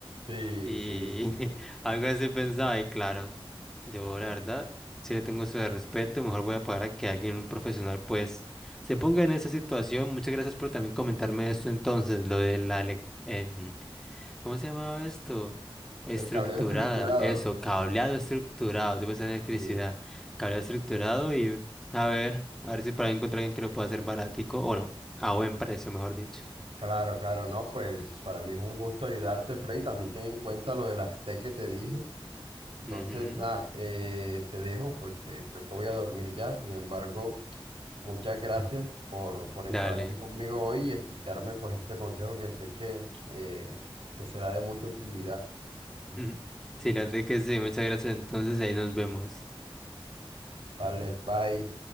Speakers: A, on the right; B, in the centre.
A: Sí,
B: Y
A: sí, sí,
B: <laughs>
A: sí.
B: algo así pensaba, y claro, yo la verdad, si le tengo su respeto, mejor voy a pagar a que alguien, un profesional, pues, se ponga en esa situación. Muchas gracias por también comentarme esto entonces, lo de la, elec- em, ¿cómo se llamaba esto? Estructurada,
A: El cableo estructurado.
B: eso, cableado estructurado, yo pensaba en electricidad,
A: Sí.
B: cableado estructurado y a ver, a ver si para encontrar alguien que lo pueda hacer baratico, o no, a buen precio, mejor dicho.
A: Claro, claro, no, pues para mí es un gusto ayudarte, Frey. También ten en cuenta lo del Aztec que te dije. Entonces,
B: Ujú,
A: nada, eh, te dejo porque creo que voy a dormir ya. Sin embargo, Muchas gracias por, por estar
B: Dale.
A: aquí conmigo hoy y escucharme pues este consejo que sé que eh, te será de mucha utilidad.
B: <laughs> Sí, la verdad que sí, muchas gracias. Entonces ahí nos vemos.
A: Vale, bye.